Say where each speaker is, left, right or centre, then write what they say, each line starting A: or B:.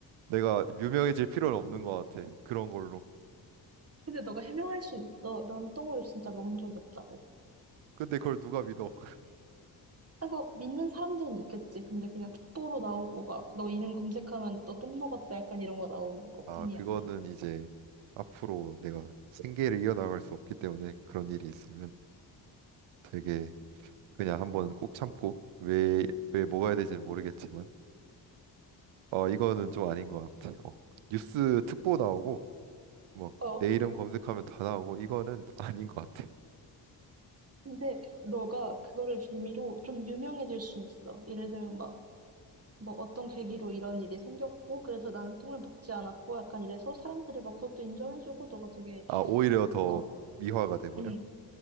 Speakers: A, on the right (about 75°); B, on the right (about 30°).
A: 내가 유명해질 필요는 없는 것 같아 그런 걸로
B: 근데 너가 해명할 순 있어. 나는 똥을 진짜 먹은 적이 없다고.
A: 근데 그걸 누가 믿어 <laughs>
B: 아이 믿는 사람들은 있겠지. 근데 그냥 특보로 나오고 막, 너 이름 검색하면 너 똥 먹었다 약간 이런 거 나오는 것뿐이야,
A: 아 그거는
B: 그냥.
A: 이제 앞으로 내가 생계를 이어나갈 수 없기 때문에 그런 일이 있으면 되게 그냥 한번 꼭 참고 왜 왜 먹어야 될지는 모르겠지만 어 이거는 좀 아닌 것 같아 어 뉴스 특보 나오고 막
B: 어.
A: 내 이름 검색하면 다 나오고 이거는 <laughs> 아닌 것 같아
B: 근데 너가 그거를 빌미로 좀 유명해질 순 있어. 예를 들면 막, 뭐 어떤 계기로 이런 일이 생겼고, 그래서 나는 똥을 먹지 않았고, 약간 이래서 사람들이 막 그것도 인정해주고, 너가 되게,
A: 아, 오히려 더
B: 어,
A: 미화가 돼버려?
B: 응.